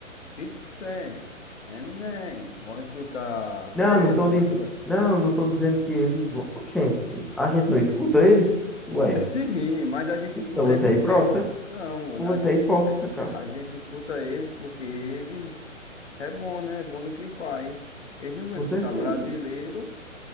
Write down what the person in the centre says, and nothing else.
Não,
não tô
dizendo, não, não tô dizendo que eles vão, gente, a gente não escuta eles?
Ué,
então
você
é hipócrita?
Você
é hipócrita, cara,
com
certeza.